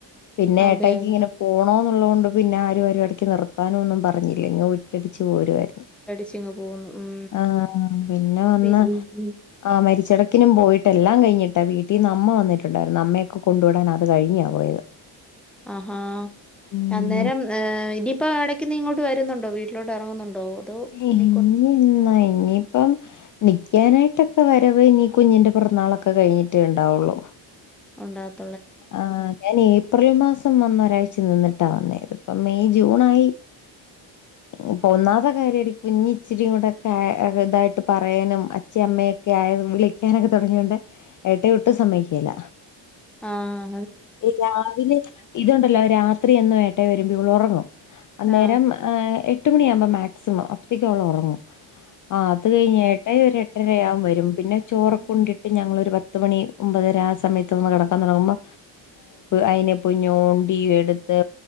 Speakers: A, on the left; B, in the centre.
A: പിന്നെ
B: അതെ
A: ഏട്ടക്ക്
B: അതെ.
A: ഇങ്ങനെ പോണോ തണ്ട് പിന്നെ ആര ഇടക്ക് നിർത്താനോും പറഞ്ഞ പറഞ്ഞില്ല ഇങ്ങങ് വിട്ടടിച്ച് പോരുവർ
B: പേടിച്ചിങ്ങ് പോവുന്നു. ഉം.
A: ആഹ പിന്നെ വന്ന്
B: പിന്നെ
A: ആ മരിച്ചിടക്കിനും പോയിട്ടെല്ലാം കഴിഞ്ഞിട്ട് മറ്റ വീട്ടിൽ അമ്മ വന്നിട്ടുണ്ടായിരുന്നു അമ്മയൊക്കെ കൊണ്ട വിടാൻ അത് കഴിഞ്ഞാ പോയത്
B: ആഹാ
A: ഉം
B: അന്നേരം ഹർ ഇ ഇപ്പോ ഇടക്ക് നി ഇങ്ങോട്ട് വരുന്നുണ്ടോ വീട്ടിലട്ട് ഇറങ്ങുന്നുണ്ടോ അതോ
A: ഇനി
B: കൊർ
A: എന്നാ ഇനിയിപ്പം നിക്കാനായിട്ടൊക്കെ വരവ് ഇനിീ കുഞ്ഞിന്റെ പിറന്നാളൊക്കെ കഴിഞ്ഞിട്ടേ ഉണ്ടാവുള്ളു
B: ഉണ്ടാക്ക
A: ആഹ ഞാന ഏപ്രിൽ മാസം വന്ന ഒരാഴ്ച നിന്നിട്ടാ വന്നേത് ഇപ്പ മെയ് ജൂണായി ഇപ്പ ഒന്നാത്തെ കാര്യം എടക്ക് കുഞ്ഞച്ചിരി കൂടെൊക്കെ ഇതായിട്ട് പറയാനും അച്ഛ അമ്മയൊക്കെ ആയ വിളിക്കാനൊക്കെ തുടങ്ങിയ കൊണ്ട് ഏട്ട വിട്ട് സമ്മക്കല
B: ആഹ
A: രാവിലെ ഇതുണ്ടല്ലോ രാത്രി എന്നന്ന് വേട്ടേ വരുമ്പോ ഉറ അന്നേരം
B: ആ.
A: എട്ട് മണിയാാവുമ്പോ മാക് ക്സിമം അപ്പോഴത്തേക്കും അവള ഉറങ്ങും ആ അത് കഴിഞ്ഞ് ഏട്ടായി ഒരു എട്ടരയാകൻ വരും പിന്നെ ചോറ്
B: ആ.
A: കൊണ്ടിട്ട് ഞങ്ങൊ ഒരു പത്ത് മണി ഒമ്പതര സമയത്ത് ഒന്ന് കിടക്കാൻ തുടങ്ങുമ്പോ അയിെപ്പ ഞോണ്ടിയ എടുത്ത്